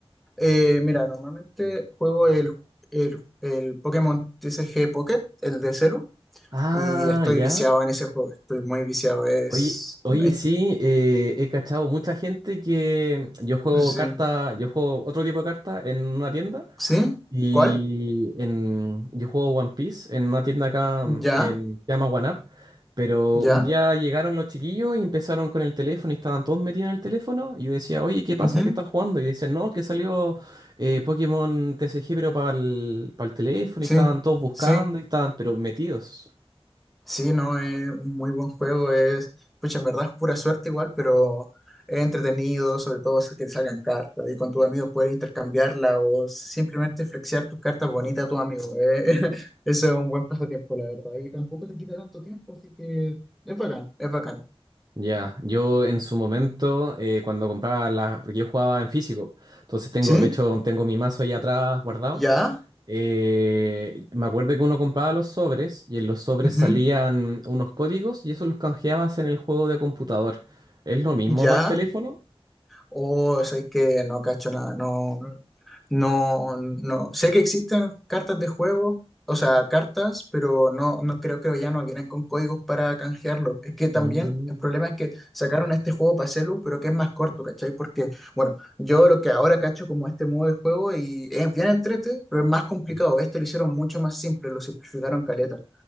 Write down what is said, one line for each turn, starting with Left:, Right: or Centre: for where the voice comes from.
Centre: Eh, mira, normalmente juego el, el, el Pokémon TCG Pocket, el de Celu,
Right: Ah,
Centre: y estoy
Right: ya.
Centre: viciado en ese juego, estoy muy viciado. Es,
Right: Oye, oye,
Centre: es-
Right: sí, eh, he cachado mucha gente que yo juego
Centre: sí,
Right: carta, yo juego otro tipo de carta en una tienda
Centre: ¿sí?
Right: Y
Centre: ¿Cuál?
Right: en, yo juego One Piece en una tienda acá
Centre: ¿Ya?
Right: mm, en, se llama One Up, pero
Centre: ¿Ya?
Right: un día llegaron los chiquillos y empezaron con el teléfono y estaban todos metidos en el teléfono y yo decía, oye, ¿qué pasa?
Centre: Ujú,
Right: ¿Qué están jugando? Y decían, no, que salió eh, Pokémon TCG pero para el, para el teléfono
Centre: Sí,
Right: y estaban todos buscando
Centre: sí.
Right: y estaban pero metidos.
Centre: Sí, no, es un muy buen juego, es, pucha, en verdad es pura suerte igual, pero es entretenido, sobre todo si te salgan cartas y con tus amigos puedes intercambiarla o simplemente flexear tus cartas bonitas a tus amigos. eh. <laughs> Eso es un buen pasatiempo, la verdad, y tampoco te quita tanto tiempo, así que es bacán, es bacán.
Right: Ya, Yo en su momento, eh, cuando compraba las, porque yo jugaba en físico, entonces tengo,
Centre: ¿Sí?
Right: de hecho tengo mi mazo ahí atrás guardado.
Centre: ¿Ya?
Right: Eh, me acuerdo que uno compraba los sobres y en los sobres
Centre: Ujú.
Right: salían unos códigos y eso los canjeabas en el juego de computador. ¿Es lo mismo
Centre: ¿Ya?
Right: para el teléfono?
Centre: o sabéis que no cacho nada, no, no, no. Sé que existen cartas de juego, o sea, cartas, pero no, no creo que ya no vienen con códigos para canjearlo. Es que también
Right: Mm.
Centre: el problema es que sacaron este juego para celu, pero que es más corto, ¿cachai? Porque, bueno, yo lo que ahora cacho como este modo de juego y es bien entrete, pero es más complicado. Este lo hicieron mucho más simple, lo simplificaron caleta.